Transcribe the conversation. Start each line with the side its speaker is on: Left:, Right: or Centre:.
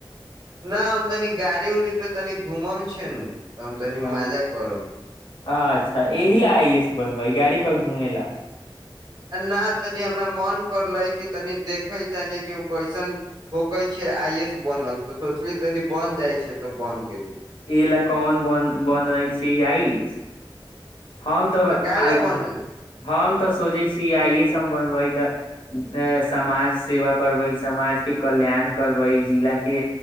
Right: न तनी गाड़ी उरी पे तनि घुमम छै न तऽ हम तनी
Left: हँ
Right: मजा करब
Left: अच्छा ए ह ल आइस बनब वहि गाड़ी पर घूमे ला
Right: आ नहि तनि हमरा मन करले कि तनि देखे छैान कि ओ कैसन होकै छै आइ एस बनल तऽ सोचली तनी बन जाइ छै तऽ बन गेली
Left: इ ल कन बन बनाै छै आइस हम तऽ
Right: काहे
Left: आइ
Right: ला बनल
Left: हम तऽ सोचै छी आइ ए एस हम बनबै तऽ समाज सेवा करबै समाज के कल्याण करबै जिला के